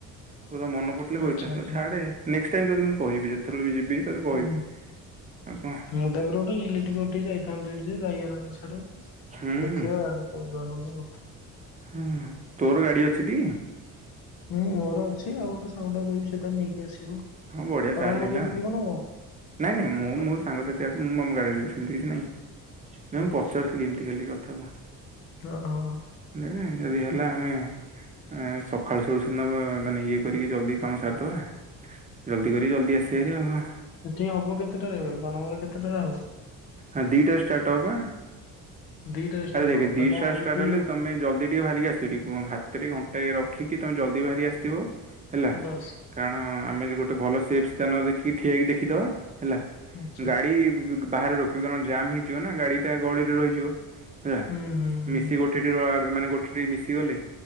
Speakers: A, on the right; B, on the left.
A: ତୋ କଥା ମନେ ପଡ଼ିଥିଲେ
B: ଆଚ୍ଛା
A: କହିଥାନ୍ତି
B: ଆଚ୍ଛା
A: ଆଉ ଛାଡ଼େ। ନେକ୍ସ ଟାଇମ୍ ତତେ କିନ୍ତୁ କହିବି ଯେତଳେ ବି ଯିବି। ତୋତେ କହିବି।
B: ହୁଁ
A: ଆଉ କଣ
B: ମୁଁ ଜୟପୁର ଗୋଟେ ଇଲେଟ୍ରି ପଠି ଯାଇଥାନ୍ତି ଯେ ଯାଇ ହେଲାନି ସ୍ୟାଡ଼େ
A: ହୁଁ
B: ଦେଖିବା ଆଉ। କରଦବା ନହେନେ ଆଉ।
A: ହୁଁ ତୋର ଗାଡ଼ି ଅଛି ଟି?
B: ହୁଁ ମୋର ଅଛି ଆଉ ଗୋଟେ ସାଙ୍ଗଟାକୁ କହିଚି ସିଏ ତାର ନେଇକି ଆସିବ।
A: ହଁ ବଢ଼ିଆ
B: ତମେ
A: ତାହେଲେ
B: ମୋ
A: ହେଲା
B: ସହିତ ଯିବ ନା କଣ?
A: ନାଇଁ ନାଇଁ ମୁଁ
B: ତମେ
A: ମୋ ସାଙ୍ଗସାଥି ତି ଆସେ ମୁଁ ଆମ ଗାଡ଼ିରେ ଯାଇଥାନ୍ତି କିଛି ନାଇଁ ନାଇଁ
B: ଠିକ
A: ମୁଁ ପଚାରୁଥିଲି ଏମିତି ଖାଲି କଥାକୁ।
B: ଅହ।
A: ନେ ଦେଖେ ଯଦି ହେଲା ଆମେ ଅଁ ସଖାଳୁ ସଖାଳୁ ସେ ଦିନ ମାନେ ଇଏ କରିକି ଜଲ୍ଦି କାମ ସାରିଦବା। ଜଲ୍ଦି କରି ଜଲ୍ଦି ଆସିବା ହାରି ଆଉ କଁ?
B: ସେଠି ହବ କେତେଟାରେ ବଣମୂଳେ କେତେଟାରେ ହବ?
A: ଆ ଦିଟାରେ ଷ୍ଟାର୍ଟ ହବ ପା
B: ଦିଟାରେ ଷ୍ଟାର୍ଟ
A: ଆରେ ଦେଖେ
B: ହବ ତାହେଲେ
A: ଦିଷ୍ଟା
B: ଆମକୁ
A: ଷ୍ଟାର୍ଟ ହେଲେ ତମେ ଜଲଦି ଟିକେ ବାହାରିକି ଆସିଥିବେ ଟିକେ କୁଅ ହାତରେ ଘଣ୍ଟାଏ ରଖିକି ତମେ ଜଲ୍ଦି ବାହାରି ଆସିଥିବ ହେଲା।
B: ବାସ୍
A: କାରଣ ଆମେ ଗୋଟେ ଭଲ ସେଫ୍ ସ୍ଥାନ ଦେଖି ଠିଆ ହେଇକି ଦେଖିଦବା ହେଲା
B: ଆଚ୍ଛା
A: ଗାଡ଼ି ବି ବାହାରେ ରଖିବି କାରଣ ଜାମ୍ ହେଇଯିବ ନା ଗାଡ଼ିଟା ଗହଳିରେ ରହିଯିବ ହେଲା
B: ହୁଁ ହୁଁ।
A: ମିଶି ଗୋ ଠିଟି କ ଆ ମାନେ ଗୋଟେ ଟିକେ ମିଶି ଗଲେ